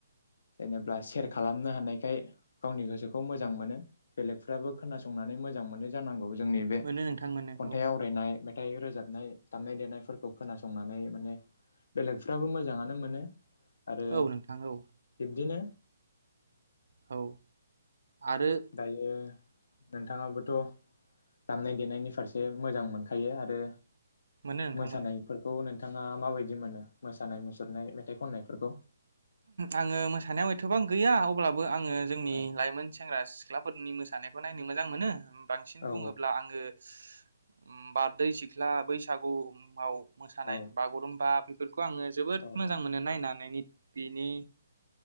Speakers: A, on the left (about 55°); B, on the right (about 80°).
A: जेनेबा सेयार खालामनो हानायखाय गावनि गोसोखौ मोजां मोनो । बेलेगफ्राबो खोनासंनानै मोजां मोनो जानांगौ। जोंनि बे
B: मोनो नोंथां मोनो
A: खन्थाइ
B: औ
A: आवरायनाय। मेथाइ रोजाबनाय दामनाय देनायफोरखौ खोनासंनानै माने बेलेगफ्राबो मोजाङानो मोनो। आरो
B: औ नोंथां औ
A: बिब्दिनो।
B: औ आरो
A: दायो नोंथाङाबोथ दामनाय देनायनि फारसे मोजां मोनखायो आरो।
B: मोनो नोंथां
A: मोसानायफोरखौ
B: मोनो
A: नोन नोंथाङा माबायदि मोनो मोसानाय मुसुरनाय मेथाइ खननायफोरखौ?
B: आङो मोसानायाव एथबां गैया अब्लाब बो आङो जोंनि
A: औ
B: लाइमोन सेंग्रा सिख्लाफोरनि मोस सानायखौ नायनो मोजां मोनो ओम बांसिन
A: औ
B: बुङोब्ला आङो। उम बारदै सिख्ला बैसागु उम आव। मोसानाय
A: औ
B: बागुरुम्बा बेफ खौ आङो जोबोद
A: औ
B: मोजां मोनो नायनानैनि बिनि।